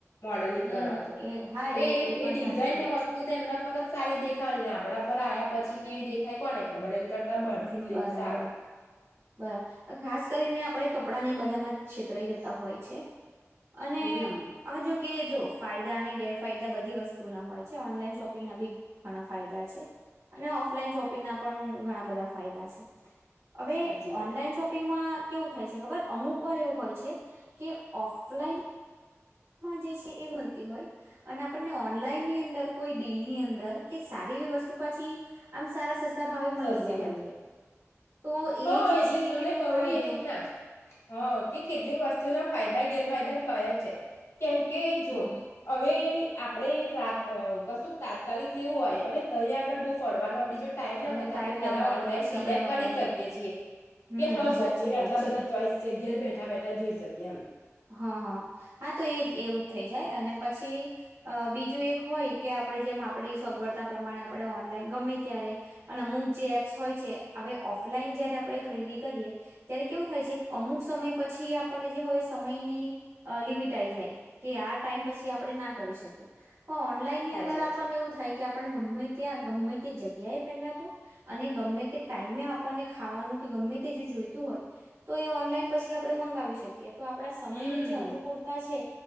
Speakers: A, on the left (about 80°); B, on the right (about 65°).
A: મોડલિંગ
B: હમ
A: કરવા તો
B: એ હા
A: તો એ
B: પણ
A: એ ડિઝાઇન
B: સાચી વાત
A: એ વસ્તુ
B: છે
A: તો એમના પરત સારી દેખાવાનીને આપડા પર આયા પછી કેવી દેખાય કોને ખબર એ કરતા બહારથી
B: હમ
A: જ
B: બરાબર
A: લેવું સારું
B: બરાબર ખાસ કરીને આપણે કપડા ને બધામાં છેતરાઈ જતા હોય છે. અને
A: હમ
B: આ જો કે જો ફાયદા અને ગેરફાયદા બધી વસ્તુ ના હોય છે ઓનલાઈન શોપિંગ ના બી ઘણા ફાયદા છે અને ઓફલાઈન શોપિંગ ના પણ ઘણા બધા ફાયદા છે. હવે
A: સાચી વાત
B: ઓનલાઈન શોપિંગમાં કેવું થાય છે ખબર અમુક વાર એવું હોય છે કે ઓફલાઈન જે છે એ વતી હોય અને આપણને ઓનલાઈન ની અંદર કોઈ ડીલ ની અંદર સારી વસ્તુ પાછીમ આમ સારા સસ્તા ભાવે
A: સસ્તી
B: જાય
A: મળી
B: એમ
A: જાય
B: તો
A: હા
B: એ જે
A: એટલે
B: છે
A: તમે
B: કે એનો
A: કહવી
B: ફાયદો
A: એ રીતના જ હ કે કેટલીક વસ્તુના ફાયદા ગેરફાયદા થયા જ છે. કેમ કે
B: હ
A: જો હવે આપણે રાત કશું તાત્કાલિક લેવું હોય હવે તં આગળ બહુ ફરવાનું આપડી જો ટાઈમ ના
B: અને
A: હોય
B: ટાઈમ
A: આપડે પેલા
B: ના હોય
A: ઓનલાઈન
B: તો પછી
A: સિલેક્ટ
B: આપડે ઓનલાઈનમાં
A: કરી શકીએ છીએ,
B: હમ
A: કે હ
B: સાચી
A: ભઈ એ
B: વાત
A: આટલા
B: છે
A: બધા ચોઈસ છે ઘેર બેઠા બેઠા જોઈ શકીએ એમ.
B: હા હા હા, તો એજ એવું જ થઈ જાય અને પછી અ બીજું એક હોય કે આપડે જે માપ પડી સગવડતા પ્રમાણે આપડે ઓનલાઈન ગમે ત્યારે અને અમુક જે એપ્સ હોય છે, હવે ઓફલાઈન જયારે આપડે ખરીદી કરીએ ત્યારે કેવું થાય છે, અમુક સમય પછી આપનને જે વોઈસ સમયની અ લિમિટ આઈ જાય, કે આ ટાઈમ પછી આપડે ના કરી શકીએ. પ ઓનલાઈનની
A: સાચી
B: અંદર
A: વાત
B: આપણને
A: છે
B: એવું થાય કે આપણને ગમે ત્યાં ગમે તે જગ્યાએ પેલા તો અને ગમે તે ટાઈમે આપણને ખાવાનું કે ગમે તે જે જોઈતું હોય, તો એ ઓનલાઈન પછી આપડે મંગાવી શકીએ. તો આપડા સમયની
A: હમ
B: જે અનુકૂળતા છે